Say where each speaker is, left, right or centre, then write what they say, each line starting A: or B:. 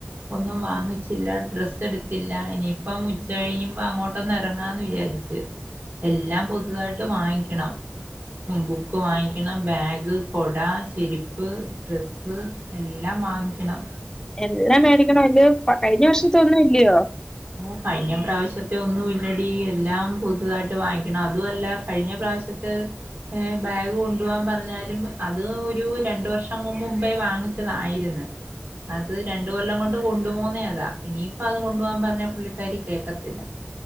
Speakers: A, on the right; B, on the left.
A: ഒന്നും വാങ്ങിച്ചില്ല ഡ്രസ്സ് എടുത്തില്ല ഇനിയിപ്പം ഉച്ച കഴിയുമ്പോ അങ്ങോട്ടൊന്ന് ഇറങ്ങാന്ന് വിചാരി ച്ച് എല്ലാം പുതുതായിട്ട് വാങ്ങിക്കണം ബുക്ക് വാങ്ങിക്കണ ബാഗ് കോട ചെരിപ്പ് ഡ്രസ്സ് എല്ലാം വാങ്ങിക്കണം
B: എല്ലാം മേടിക്കണം അലയോ കഴിഞ്ഞ വർഷത്തൊന്നും ഇല്ലയോ
A: ഓഹ് കഴിഞ്ഞ പ്രാവശ്യത്തെ ഒന്നും എല്ലടി എല്ലാം പുതുതായിട്ട് വാങ്ങിക്കണം അതുമല്ല കഴിഞ്ഞ പ്രാവശ്യത്ത് ഏയ് ബാഗ് കൊണ്ടുപോവാൻ പറഞ്ഞാലും അത് ഒരു രണ്ട് വർഷം മുമ്പേ വാങ്ങിച്ചതായിരുന്നു അത് രണ്ട കൊല്ലം കൊണ്ട് കൊണ്ടു പോവൂന്നെ അതാ ഇനിയിപ്പ അത് കൊണ്ടു പോവാൻ പറഞ്ഞ പുള്ളിക്കാരി കേക്കത്തില്ല